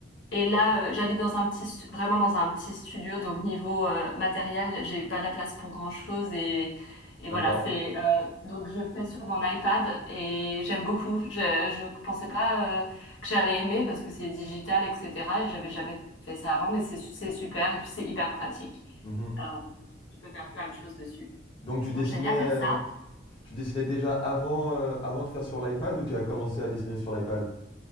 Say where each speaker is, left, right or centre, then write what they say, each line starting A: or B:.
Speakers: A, on the left (about 75°); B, on the left (about 30°).
A: Et là, euh, j'habite dans un petit, stu- vraiment dans un petit studio, donc niveau euh, matériel, j'ai pas la place pour grand-chose et et
B: D'accord.
A: voilà, c'est euh, donc je fais sur mon iPad et j'aime beaucoup. Je je pensais pas euh, que j'allais aimer parce que c'est digital, etc. Et j'avais jamais fait ça avant, mais c'est su- c'est super et puis c'est hyper pratique.
B: Mhm.
A: Alors, tu peux faire plein de choses dessus.
B: Donc tu dessinais,
A: Donc j'aime bien
B: euh,
A: faire ça.
B: tu dessinais déjà avant, euh, avant de faire sur l'iPad ou tu as commencé à dessiner sur l'iPad?